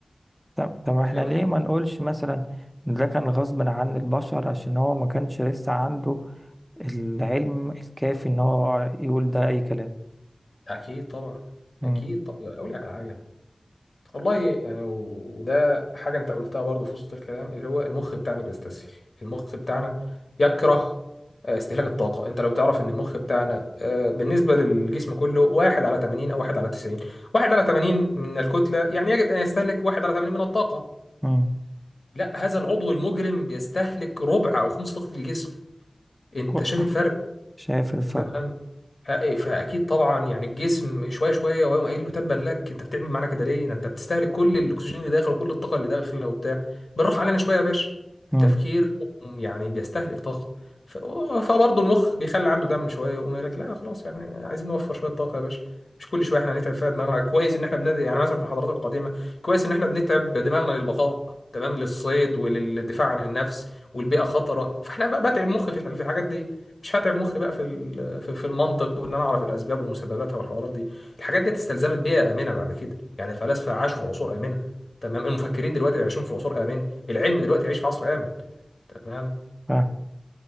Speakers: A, in the centre; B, on the left.
A: طب طب إحنا
B: فاهمني
A: ليه ما نقولش مثلا إن ده كان غصب عن البشر عشان هو ما كانش لسه عنده العلم الكافي إن هو يقول ده أي كلام
B: اكيد طبعا
A: امم
B: اكيد طبعا اقول لك على حاجه والله يعني و- وده حاجة أنت قلتها برضو في وسط الكلام اللي هو المخ بتاعنا بيستسهل المخ بتاعنا يكره آه، استهلاك الطاقة أنت لو تعرف إن المخ بتاعنا آه، بالنسبة للجسم كله واحد على 80 أو واحد على 90 واحد على 80 من الكتلة يعني يجب أن يستهلك واحد على 80 من الطاقة
A: امم
B: لا هذا العضو المجرم بيستهلك ربع أو خمس طاقة الجسم أنت
A: اقرأ
B: شايف الفرق
A: شايف الفرق
B: تمام ه- فاكيد طبعا يعني الجسم شويه شويه وهيقوم قايل له تبا لك انت بتعمل معانا كده ليه ده انت بتستهلك كل الاكسجين اللي داخل وكل الطاقه اللي داخله وبتاع بالراحه علينا شويه يا باشا التفكير
A: امم
B: يعني بيستهلك طاقه ف- فبرضه المخ بيخلي عنده دم شويه ويقوم قايل لك لا خلاص يعني عايزين نوفر شويه طاقه يا باشا مش كل شويه احنا هنتعب فيها دماغنا كويس ان احنا بن... يعني مثلا في الحضارات القديمه كويس ان احنا بنتعب دماغنا للبقاء تمام للصيد وللدفاع عن النفس والبيئه خطره فاحنا بقى بتعب مخي في الح- في الحاجات دي مش هتعب مخي بقى في ال- في في المنطق وان انا اعرف الاسباب ومسبباتها والحوارات دي الحاجات دي استلزمت بيئه امنه بعد كده يعني الفلاسفه عاشوا في عصور امنه تمام المفكرين دلوقتي عايشين في عصور امان العلم دلوقتي يعيش في عصر امن تمام
A: فاهم